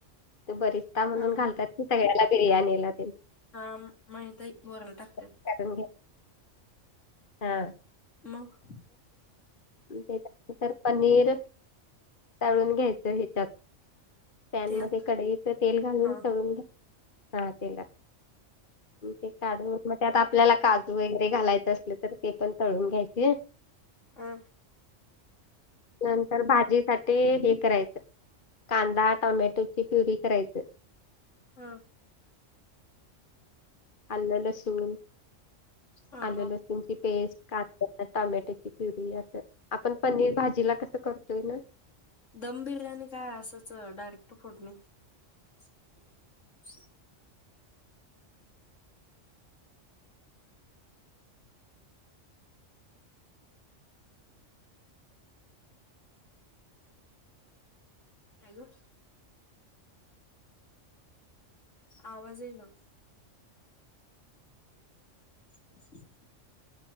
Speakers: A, on the left; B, on the left.
A: त्यो बरिस्ता म्हणून
B: हा
A: घालतात की सगळ्याला बिर्याणीला.
B: हा माहित आहे की वर्ण टाकतात.
A: ह्यातून घे हा.
B: मग.
A: नंतर पनीर तळून घ्यायचं हेच्यात. पॅन
B: ते हा
A: मध्ये कडईच तेल घालून
B: हा
A: तळून
B: हा
A: घ्या हा तेलात. ते काढून मग त्यात आपल्याला काजू वगैरे घालायचं असल तर ते पण तळून घ्यायचे.
B: हा,
A: नंतर भाजी साठी हे करायचं कांदा टोमॅटोची प्युरी करायची.
B: हा,
A: आलं लसूून
B: हा
A: आलं
B: हा
A: लसू. ची पेस्ट काढात टमॅटोची प्युरी अस. आपण पनीर भाजीला कसं करतोय ना.
B: दम बिर्याणी काय असंच डायरेक्ट फोडणी. च छ <inaudible> ह <inaudible> हॅले, आवाज येईना. <inaudible>